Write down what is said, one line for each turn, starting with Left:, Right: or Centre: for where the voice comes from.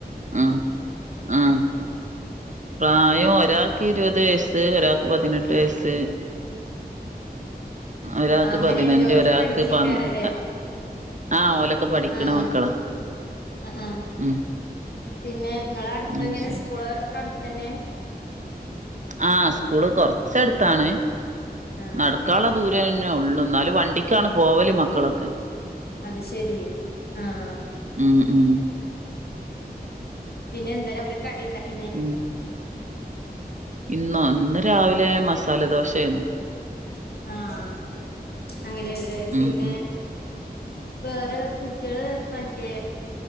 Right: ആഹ് ആഹ് പ്രായം ഒരാക്കിരുപത് വയസ്സ് ഒരാക്ക് പതിനെട്ട് വയസ്സ് ഒരാക്ക്
Left: ആഹ് അങ്ങനെയാണല്ലേ
Right: പതിനഞ്ച്
Left: ഓലൊക്കെ
Right: ഒരാക്ക്
Left: പഠിക്കേക്കാരല്ലേ
Right: പന്ത്ര ആഹ് ഓലൊക്കെ പഠിക്കണ
Left: ആഹ്
Right: മക്കളാ
Left: ആഹ് ആഹ്
Right: ഉം
Left: പിന്നെ ഇങ്ങളട്ത്തെങ്ങനെ
Right: അത് ശരി
Left: സ്കൂള് ഒക്കടുത്തന്നെ
Right: ആഹ് സ്കൂള് കൊറച്ചടുത്താണ്
Left: ആഹ്
Right: നടക്കാള്ള ദൂ ന്നുള്ളൂ എന്നാല് വണ്ടിക്കാണ് പോവല് മക്കളൊക്കെ
Left: അത്ശെരി ആഹ്
Right: ഉം ഉം
Left: പിന്നെന്താരാവിലെ കടിയ്ണ്ടാക്കിന്
Right: <unintelligible> ഇന്നോ ഇന്ന് രാവിലെ മസാല ദോശയായിരുന്നു
Left: ആഹ് അങ്ങനെയല്ലേ
Right: ഉം
Left: പിന്നെ
Right: ഉം
Left: വേറെ കുട്ടികള് മറ്റേ